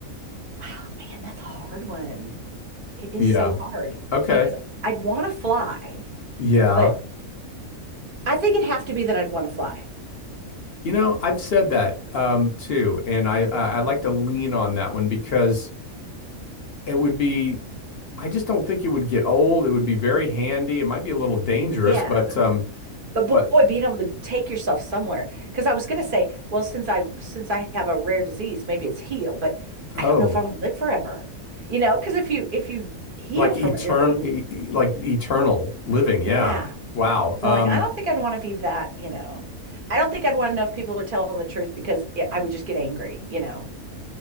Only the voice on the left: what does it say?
Yeah.
Okay.
Yeah.
You know, I've said that um, too, and I, I I like to lean on that one because it would be. I just don't think it would get old. It would be very handy. It might be a little dangerous,
but um,
but
Oh,
like etern
e- e- like eternal living.
Yeah. Wow.
Um.